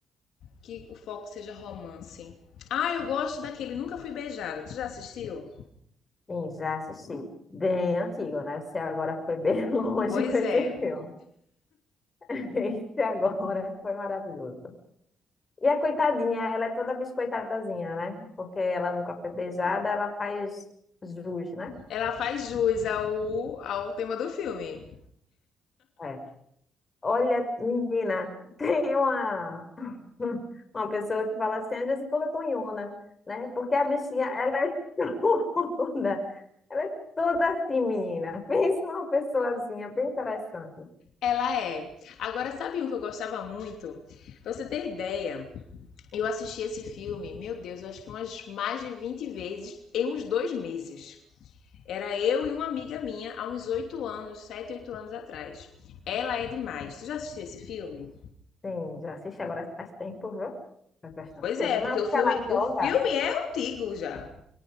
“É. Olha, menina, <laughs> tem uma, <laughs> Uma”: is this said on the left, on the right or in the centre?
Left